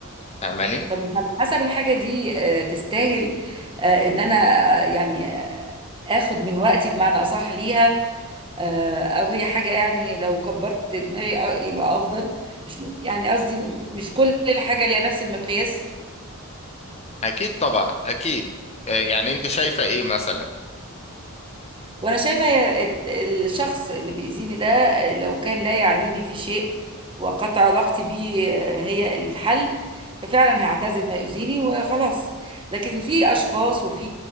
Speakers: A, on the left; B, on the right.
A: فاهماني
B: طب مش على حسب الحاجة دي آه، تستاهل آه، ان انا آه، يعني آه، اخد من وقتي بمعنى اصح ليها آه، او هي حاجة يعني لو كبرت دماغي آه، يبقى افضل مش يعني قصدي مش كل الحاجة ليها نفس المقياس
A: اكيد طبعا اكيد آه، يعني انت شايفة ايه مثلا
B: وانا شايفه هي الت- الشخص اللي بيأذيني ده آه، لو كان لا يعنيني في شيء وقطع علاقتي بيه آه، هي الحل ففعلا هعتزل ما يؤذيني وخلاص لكن في اشخاص وفي